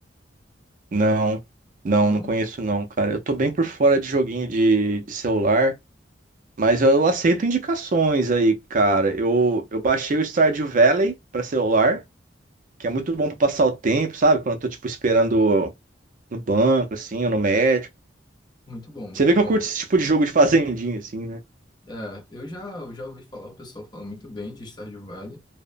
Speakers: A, on the right; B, on the left.
A: Não, não,
B: Não?
A: não conheço não, cara. Eu tô bem por fora de joguinho de, de celular, mas eu aceito indicações aí, cara. Eu, eu baixei o Stardew Valley pra celular, que é muito bom pra passar o tempo, sabe? Quando eu tô, tipo, esperando no banco, assim, ou no médico.
B: Muito bom, muito
A: Você vê que
B: bom.
A: eu curto esse tipo de jogo de fazendinha, assim, né?
B: É, eu já, eu já ouvi falar, o pessoal fala muito bem de Stardew Valley.